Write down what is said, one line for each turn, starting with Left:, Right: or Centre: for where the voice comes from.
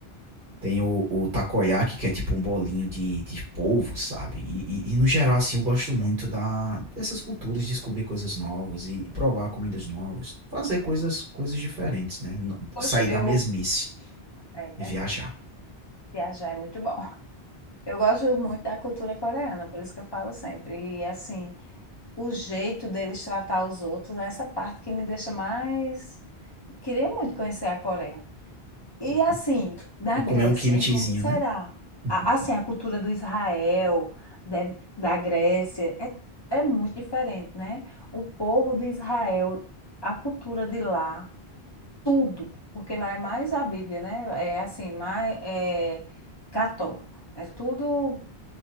Right: tem o, o takoyaki, que é tipo um bolinho de, de polvo, sabe? E, e, e, no geral, assim, eu gosto muito da, dessas culturas, descobrir coisas novas e, provar comidas novas, fazer coisas, coisas diferentes, né? N-
Left: Poxa,
Right: Sair
Left: eu,
Right: da mesmice
Left: é verdade.
Right: e viajar.
Left: Viajar é muito bom. <laughs> Eu gosto muito da cultura coreana, por isso que eu falo sempre. E assim, o jeito deles tratar os outros é essa parte que me deixa mais. Queria muito conhecer a Coreia. E
Right: Uhum.
Left: assim, da
Right: E
Left: Grécia,
Right: comer um kimchizinho,
Left: hein? Como será?
Right: né?
Left: A-
Right: <laughs>
Left: Assim,
Right: Uhum.
Left: a cultura do Israel, deve- da Grécia, é, é muito diferente, né? O povo de Israel, a cultura de lá, tudo, porque lá é mais a Bíblia, né? É assim, mais é católico. É tudo